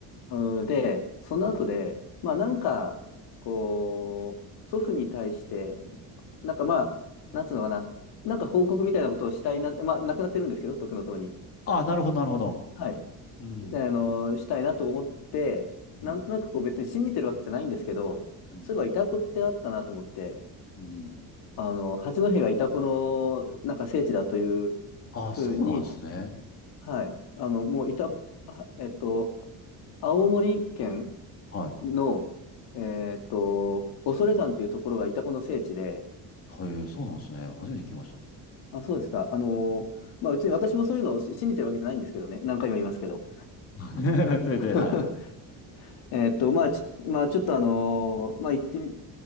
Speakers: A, on the left (about 75°); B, on the left (about 35°).
A: うんで、その後で、まあなんか、こう、祖父に対して、なんかまあ、なんつうのかな、なんか報告みたいなことをしたいな、まあ亡くなってるんですけど、徳の塔に。
B: あ、なるほどなるほど。
A: はい。
B: うん。
A: あの、したいなと思って、
B: うん。
A: なんとなくこう別に信じてるわけじゃないんですけど、
B: うん。
A: そういえばイタコってあったなと思って、
B: うん。
A: あの、八戸がイタコのなんか聖地だという
B: あ、
A: ふうに、
B: そうなんですね。
A: はい。あの、もうイタ、あえっと、青森県
B: はい。
A: の、えーっと、恐山っていうところがイタコの聖地で、
B: はい、そうなんですね。初めて聞きました。
A: あ、そうですか。あのーまあ、うちに私もそういうのを信じてるわけじゃないんですけどね。何回も言いますけど。
B: <laughs>
A: <laughs>
B: 全然、はい。
A: えーっと、まあ、ち、まあ、ちょっとあのーまあ、行ってみ、